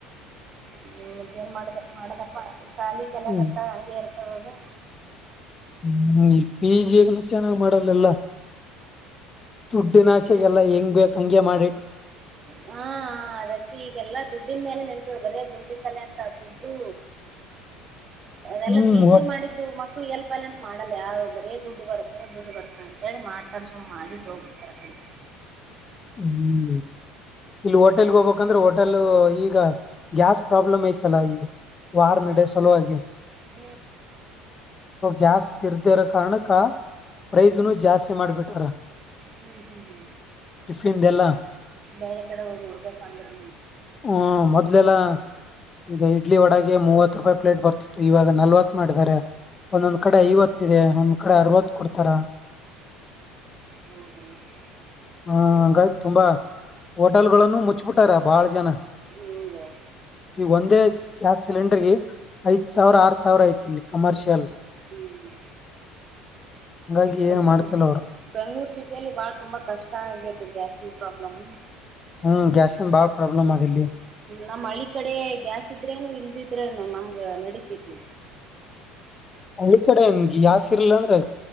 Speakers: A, on the right; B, on the left.
A: ಹ್ಮ ಮತ್ತೇನ್ ಮಾಡಬ ಮಾಡದಪ್ಪ ಸಾಲಿ ಕಲ
B: ಹ್ಮ್
A: ಕತ್ತ ಹಾಗೆರ್ ಹೌದಾ
B: ಹ್ಮ್ ಪಿ ಜಿಗ್ ಚೆನ್ನಾಗ್ ಮಾಡಲ್ಲ ದುಡ್ಡಿನಸೆ
A: ಹ್ಮ್
B: ಗೆಲ್ಲ ಹೆಂಗ ಬೇಕಕ್ ಹಂಗೆ ಮಾಡ
A: ಹಾ ಅದಷ್ಟೇ ಈಗೆಲ್ಲಾ ದುಡ್ಡನ್ ಮೇಲೆ ನಿಲ್ತದೆ ಬರೇ ದುಡ್ಡು ಸಲೆಯಿಂದ ದುಡ್ಡು ಅದೆಲ್ಲ
B: ಹ್ಮ್
A: ಪಿ ಜಿ
B: ಒಟ್
A: ಮಾಡಿದ್ದು ಮಕ್ಕ ಇ ಎಲ್ ಪಲ್ಂಕ್ ಮಾಡಲ್ಲ ಯಾರ ಬರೇ ದುಡ್ಡು ಬರುತ್ತ ದುಡ್ಡು ಬರ್ತ ಅಂತ ಹೇಳಿ ಮಾಡ್ತಾರ ಸುಮ ಮಾಡಿಟ್ಟ ಹೋಗಬ ಕರಕಡಿ
B: ಹ್ಮ್ ಇಲ್ಲಿ ಹೋಟೆಲ್ಗೆ ಹೋಗ್ಬೇಕಂದ್ರೆ ಹೋಟೆಲ್ ಈಗ ಗ್ಯಾಸ್ ಪ್ರಾಬ್ಲಮ್ ಐತಲ್ಲಾ ಈ ವಾರ್ ನಡೆೆಯ ಸಲೋ ಆಗಿ
A: ಹ್ಮ್
B: ಗ್ಯಾಸ್ ಇರ್ದಿರ ಕಾರಣಕ್ಕ ಪ್ರೈಸ್ನು ಜಾಸ್ತಿ ಮಾಡ್ಬಿಟ್ಟಾರ
A: ಹ್ಮ್ ಹ್ಮ್
B: ಇಷ್ಟಿಂದೆಲ್ಲ
A: ಬೇರೆ ಕಡೆ ಹೋಗಿ ಹೋಗ್ಬೇಕಂದ್ರು
B: ಹ್ಮ ಮೊದ್ಲೆಲ್ಲಾ ಈಗ ಇಡ್ಲಿ ಒಡಗೆ ಮೂವತ್ತು ರೂಪಾಯಿ ಪ್ಲೇಟ್ ಬರ್ತಿತ್ತು ಇವಾಗ ನಲ್ವತ್ ಮಾಡಿದಾರೆ ಒಂದೊಂದ್
A: ಹ್ಮ್
B: ಕಡೆ ಐವತ್ತ ಇದೆ ಒಂದ್ ಕಡೆ ಅರವತ್ತು ಕೊಡ್ತಾರ
A: ಹೌದಾ ಹೌದು
B: ಆ ಹಂಗಾಗಿ ತುಂಬಾ ಹೋಟೆಲ್ ಗಳನ್ನು ಮುಚ್ಬಿಟ್ಟಾರ ಬಾಳ ನ
A: ಹೌದೌದು
B: ಈ ಒಂದೇ ಗ್ಯಾಸ್ ಸಿಲೆಂಡರ್ ಇಲ್ಲಿ ಐದ್ ಸಾವಿರ ಆರ್ ಸಾವಿರ ಐತಿ ಇಲ್ಲಿ ಕಮರ್ಷಿಯಲ್
A: ಹ್ಮ್
B: ಹಂಗಾಗಿ
A: ಮತ್ತೆ
B: ಏನು
A: ತುಾ
B: ಮಾಡ್ತಿಲ್ಲ ಅವ್ರು
A: ಬೆಂಗಳೂರು ಸಿಟಿಯಲ್ಲಿ ಬಾಳ ತುಂಬಾ ಕಷ್ಟ ಆಗೇತಿ ಗ್ಯಾಸ್ ಈ ಪ್ರಾಬ್ಲಮ್ ಮ್
B: ಹ್ಮ್ ಗ್ಯಾಸಿನ ಬಾಳ ಪ್ರಾಬ್ಲಮ್ ಅದ ಇಲ್ಲಿ
A: ನಮ್ಮ್ ಹಳ್ಳಿ ಕಡೆ ಗ್ಯಾಸ್ ಇದ್ರೇನು ಇಲ್ದಿದ್ರೇನು ನಮ್ಗ ನಡಿತತಿ
B: ಹಳ್ಳ ಕಡೆನ್ಗೆ ಜಾಸ್ ಇರ್ಲ ಅಂದ್ರೆ